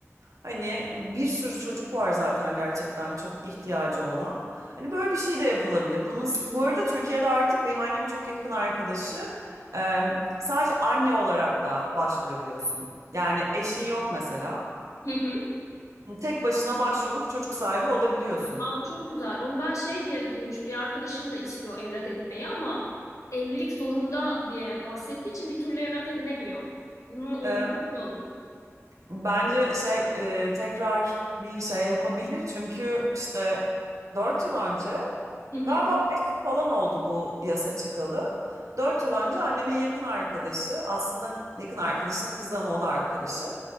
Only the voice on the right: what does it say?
Hani bir sürü çocuk var zaten gerçekten çok ihtiyacı olan. Hani böyle bir şey de yapılabilir. Bunun, bu arada Türkiye'de artık benim annemin çok yakın arkadaşı em, sadece anne olarak da başvurabiliyorsun. Yani eşin yok mesela.
Tek başına başvurup çocuk sahibi olabiliyorsun.
Ee,
bence şey e, tekrar bir şey yapabilir. Çünkü işte dört yıl önce
Galiba 5 falan oldu bu yasa çıkalı. 4 yıl önce annemin yakın arkadaşı, aslında yakın arkadaşının kızı ama o da arkadaşı,